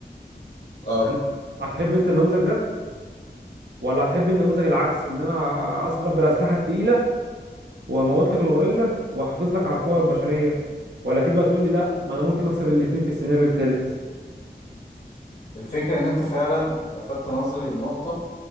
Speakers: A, on the left (about 60°); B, on the right (about 75°).
A: اه
B: هن- هتحب انت النموذج ده ولا هتحب النموذج العكس ان انا اضرب بالاسلحه التقيله واموت لك الغوريلا واحافظ لك على القوى البشريه ولا تيجي بقى تقول لي لا ما انا ممكن اكسب الاثنين في السيناريو الثالث
A: الفكره ان انت فعلا لفت نظري لنقطه